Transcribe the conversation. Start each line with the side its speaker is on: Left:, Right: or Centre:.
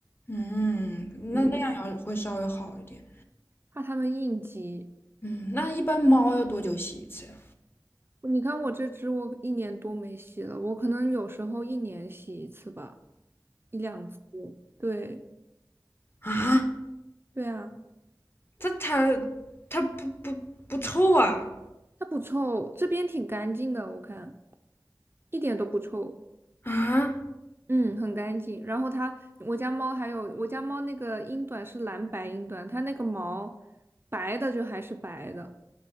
Left: 嗯，
Right: 嗯，
Left: 那那样要会稍微好一点。
Right: 怕它们应激。
Left: 嗯，那一般猫要多久洗一次呀？
Right: 你看我这只，我一年多没洗了，我可能有时候一年洗一次吧，一两次。对，
Left: 啊，
Right: 对啊，
Left: 它它它不不不臭啊？
Right: 它不臭，这边挺干净的，我看一点都不臭，
Left: 啊，
Right: 嗯，很干净。然后它，我家猫还有我家猫那个英短是蓝白英短，它那个毛白的就还是白的，